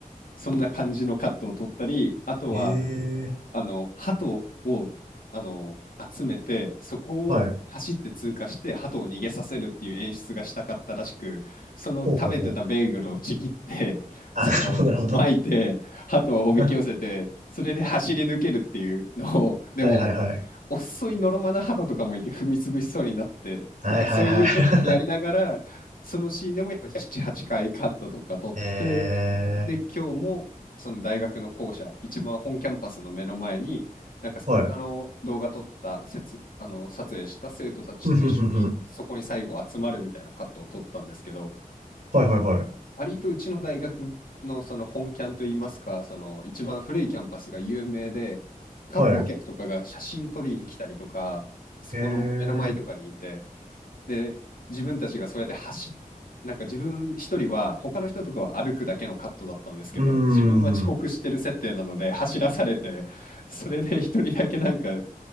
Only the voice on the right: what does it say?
ええ
はい。ほうほうほう。あ、なるほど、なるほど。<laughs> はいはいはい。
はいはいはい。
<laughs> ええはい。ふんふんふんふんはいはいはい。
はい。
ええう
ーん。